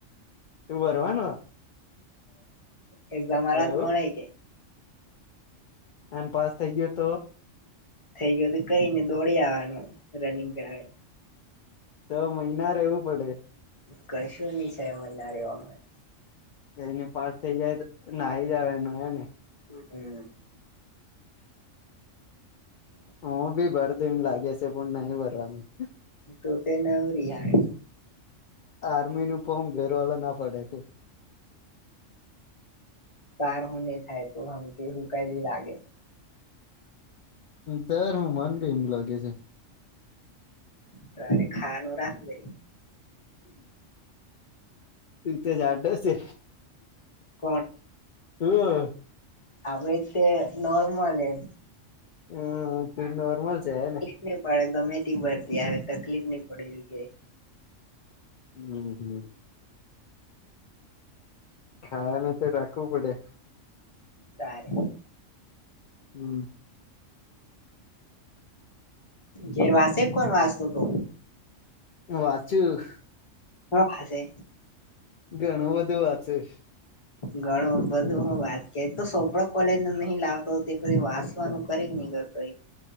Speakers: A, on the left; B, on the left.
A: તું ભરવાનો? -
B: હ એક ઝામલાત
A: એવું
B: મળે કે.
A: અને પાસ થઇ ગયો તો?
B: થઈ ગયો તો કઈને દોડી આવવાનું રનિંગ કરાવે.
A: છ મહિના રહેવું પડે.
B: કશું ની છે મહિના રેવામા.
A: એઈને પાસ થઇ જાય તો નાઈ જાવાનું હેને.
B: હમ
A: હુ ભી ભર દઈને લાગે છે પણ નહી ભરવાનું.
B: તો તે નવરી અને.
A: આર્મીનું ફોર્મ ઘરવાળા ના પડે છે.
B: તારને થાય તો હમ કે હું કલી લાગે.
A: તાર હું મને બી એમ લાગે છે.
B: તરી ખાવાનું રાખ જે.
A: તું તો જાડો છે.
B: કોણ
A: તું.
B: આપડ તે નોર્મલ હે.
A: હમ્મ તુ નોર્મલ છે હે ને.
B: ની પડે ગમે તેવી ભરતી આવે તકલીફ ની પડે એવું કે.
A: હમ્મ હમ્મ. ખાવા ને તો રાખવું પડે.
B: તારે.
A: હમ્મ.
B: ઘેર વાસે કોણ વાસતો તો.
A: વાચું.
B: હુ વાંચે?
A: ઘણું બધું વાચું.
B: ઘણ બધું હું વાત કય તો સોપડા કોલેજનો નહી લાવતો પછી વાસ લખવાનું કરે કે ની કરતો એ.